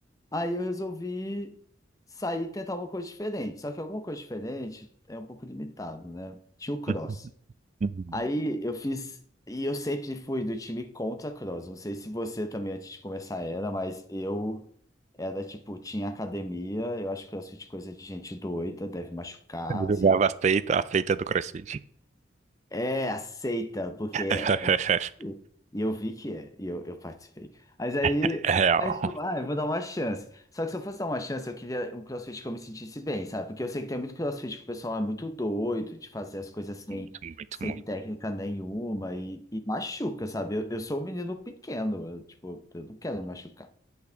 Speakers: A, on the left; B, on the right.
A: Aí eu resolvi sair e tentar uma coisa diferente. Só que alguma coisa diferente é um pouco limitado, né? Tinha o cross.
B: <laughs> Uhum.
A: Aí eu fiz. E eu sempre fui do time contra cross. Não sei se você também antes de começar era, mas eu era tipo, tinha academia. Eu acho que crossfit é coisa de gente doida, deve machucar,
B: Eu
A: não
B: jogava
A: sei.
B: a feita, a feita do CrossFit.
A: É, aceita, porque
B: <laughs>
A: E e eu vi que é, e eu, eu participei. Mas aí,
B: É Real.
A: aí eu falei, ah, eu vou dar uma chance. Só que se eu fosse dar uma chance, eu queria um CrossFit que eu me sentisse bem, sabe? Porque eu sei que tem muito CrossFit que o pessoal é muito doido de fazer as coisas sem,
B: Muito, muito,
A: sem
B: muito.
A: técnica nenhuma e, e machuca, sabe? Eu, eu sou um menino pequeno, eu, tipo, eu não quero me machucar.